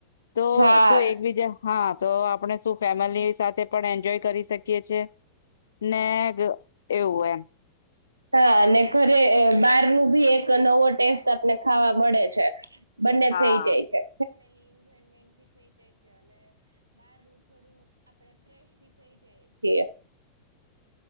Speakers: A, on the left; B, on the right.
A: તો
B: હા
A: તું એકબીજા હા તો આપણે શું ફેમિલી સાથે પણ એન્જોય કરી શકીએ છે નેગ એવું એમ
B: હા અને ઘરે બહાર નું ભી એક નવો ટેસ્ટ આપને ખાવા મળે છે. બંને
A: હા
B: થઈ જાય છે. <unintelligible>